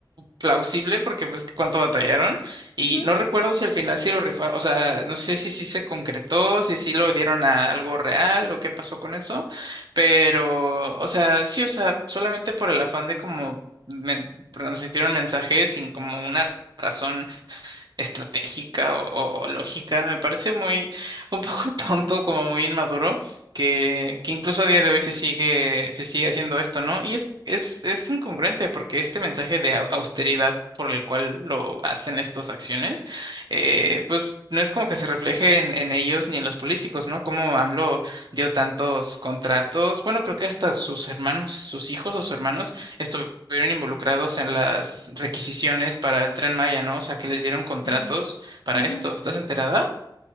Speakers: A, on the right (about 70°); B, on the left (about 70°).
A: plausible porque pues cuánto batallaron y
B: ujú,
A: no recuerdo si al final sí lo rifaron, o sea, no sé si sí se concretó, si sí lo dieron a algo real o qué pasó con eso, pero o sea, sí, o sea, solamente por el afán de como men- transmitir un mensaje sin como una razón estratégica o, o- o lógica. Me parece muy, un poco <laughs> tonto, como muy inmaduro, que, que incluso a día de hoy se sigue, se sigue haciendo esto, ¿no? Y es, es, es incongruente porque este mensaje de au- austeridad por el cual lo hacen estas acciones, eh, pues no es como que se refleje en, en ellos ni en los políticos, ¿no? Como AMLO dio tantos contratos, bueno, creo que hasta sus hermanos, sus hijos o sus hermanos estuvieron involucrados en las requisiciones para el Tren Maya, ¿no? O sea, que les dieron contratos
B: Sí.
A: para
B: ujú.
A: esto. ¿Estás enterada?